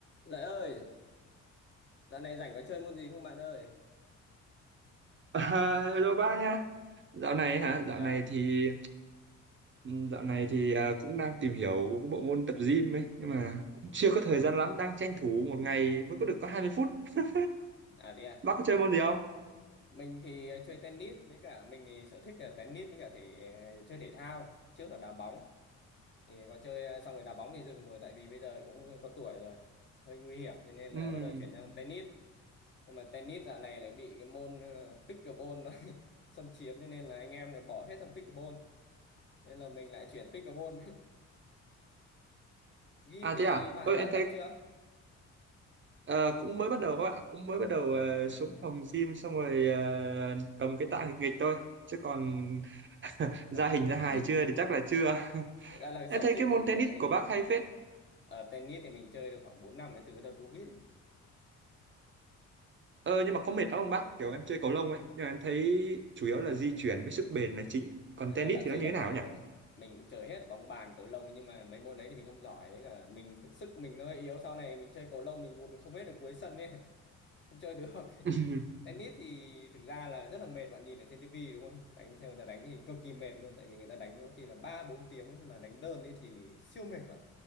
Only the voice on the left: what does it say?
Lợi ơi, dạo này rảnh có chơi môn gì không bạn ơi?
Ờ,
chào.
À thế à.
Mình thì ờ, chơi tennis với cả mình thì sở thích là tennis với cả thì ờ, chơi thể thao, trước là đá bóng. Thì có chơi ờ, xong rồi đá bóng thì dừng rồi tại vì bây giờ cũng có tuổi rồi, hơi nguy hiểm cho nên
là bắt đầu chuyển sang tennis. Nhưng mà tennis dạo này lại bị cái môn ờ, pickleball nó <laughs> xâm chiếm cho nên là anh em này bỏ hết sang pickleball. Nên là mình lại chuyển pickleball. <laughs> Gym
thì
bạn
đã
tập
chưa?
À
thế à,
cầm tạ
nghịch
à?
<laughs> Đây là sở
thích
của mình
ừ,
Ờ, tennis thì mình chơi được khoảng 4 năm ấy, từ cái đợt Covid ấy.
À,
thế bạn
chơi
cả
cầu
lông à? Mình cũng chơi hết bóng bàn cầu lông nhưng mà mấy môn đấy thì mình không giỏi đấy cả mình sức mình nó hơi yếu sau này mình chơi cầu lông mình vụt không hết được cuối sân ấy <laughs> không chơi được
<laughs> tennis thì thực ra là rất là mệt bạn nhìn ở trên tivi đúng không đánh xem người ta đánh thì cực kỳ mệt luôn tại vì người ta đánh có khi là ba bốn tiếng mà đánh đơn ấy thì siêu mệt bạn